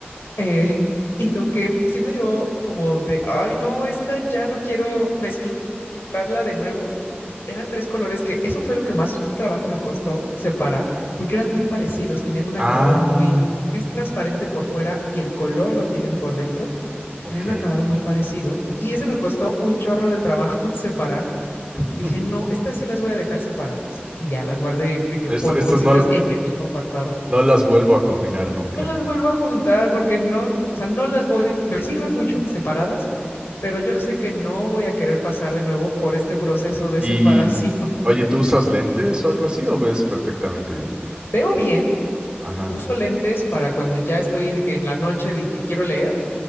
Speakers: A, on the left; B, on the right.
A: Eh, <laughs> y lo que sí me dio como de, ay, no, esta ya no quiero mezclarla de nuevo. Eran tres colores que eso fue lo que más trabajo me costó separar, porque eran muy parecidos, tenían un acabado
B: Ah,
A: muy, como que es transparente por fuera y el color lo tienen por dentro
B: ok.
A: tenían un acabado muy parecido y ese me costó un chorro de trabajo <laughs> separar.
B: <laughs>
A: Dije, no, estas sí las voy a dejar separadas. Y ya las guardé de que
B: Est-
A: por
B: estas
A: bolsitas
B: no,
A: en el mismo apartado.
B: no
A: <laughs>
B: las vuelvo a combinar nunca.
A: No las vuelvo a juntar porque no, o sea, no las voy, me sirven mucho separadas, pero yo sé que no voy a querer pasar de nuevo por este proceso de
B: Y,
A: separación.
B: oye, ¿tú usas lentes o algo así o ves perfectamente bien?
A: <laughs> Veo bien,
B: Ajá.
A: uso lentes para cuando ya estoy de que en la noche y que quiero leer,